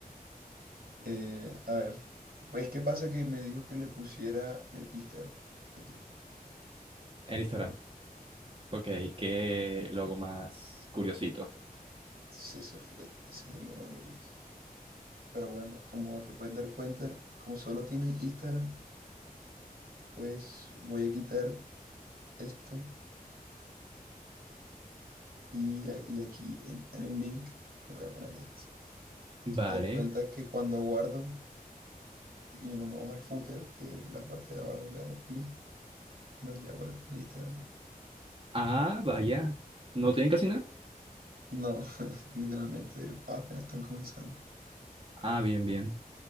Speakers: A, on the right (about 75°); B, on the right (about 35°).
A: Eh, a ver, pues qué pasa que me dijo que le pusiera el Instagram. Aquí.
B: Instagram. Ok, qué logo más curiosito.
A: Sí, ese fue- ese es el logo de ellos. Pero bueno, como te puedes dar cuenta, como solo tienen Instagram, pues voy a quitar esto y, a- y aquí en, en el link le voy a poner esto. Si
B: Vale.
A: te das cuenta que cuando guardo y nos vamos al footer, que es la parte de abajo, le damos clic y nos lleva al al Instagram.
B: Ah, vaya. ¿No tienen casi nada?
A: No, <laughs> literalmente apenas están comenzando.
B: Ah, bien, bien.